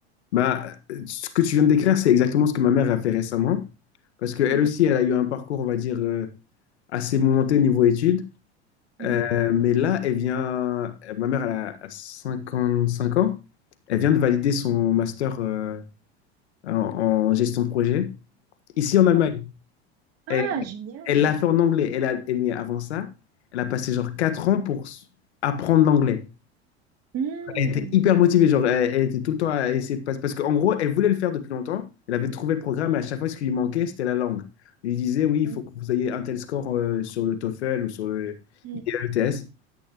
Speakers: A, on the left; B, on the right.
A: Bah, ce que tu viens de décrire, c'est exactement ce que ma mère a fait récemment. Parce qu'elle
B: Mhm.
A: aussi, elle a eu un parcours, on va dire, euh, assez momenté niveau études.
B: Mhm.
A: Euh, mais là, elle vient, euh, ma mère, elle a a cinq ans. Elle vient de valider son master euh, en, en gestion de projet ici en Allemagne.
B: D'accord. Ah,
A: Elle,
B: génial.
A: elle l'a fait en anglais. Elle a, elle- mais avant ça, elle a passé genre 4 ans pour s- apprendre l'anglais.
B: Hmm.
A: Elle était hyper motivée. Genre, elle, elle était tout le temps à essayer de passer. Parce qu'en gros, elle voulait le faire depuis longtemps. Elle avait trouvé le programme et à chaque fois, ce qui lui manquait, c'était la langue. Il disait, oui, il
B: Hmm,
A: faut que vous ayez un tel score euh, sur le TOEFL ou sur le
B: hmm.
A: IELTS.